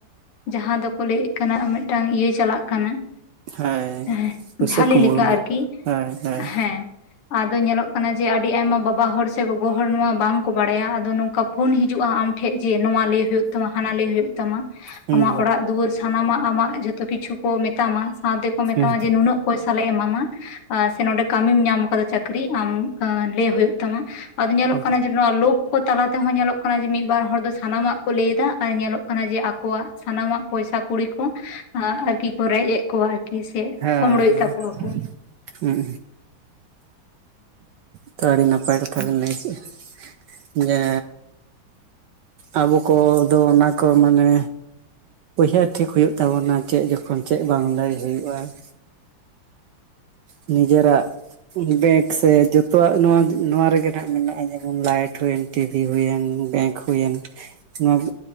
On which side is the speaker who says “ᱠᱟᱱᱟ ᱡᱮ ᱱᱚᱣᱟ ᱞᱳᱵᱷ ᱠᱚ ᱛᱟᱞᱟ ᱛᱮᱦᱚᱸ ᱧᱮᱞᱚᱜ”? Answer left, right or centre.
Left